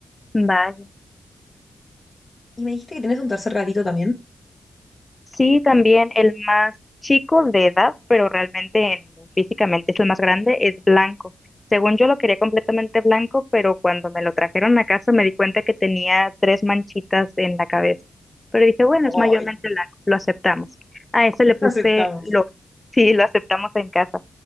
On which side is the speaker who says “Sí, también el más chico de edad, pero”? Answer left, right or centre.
Left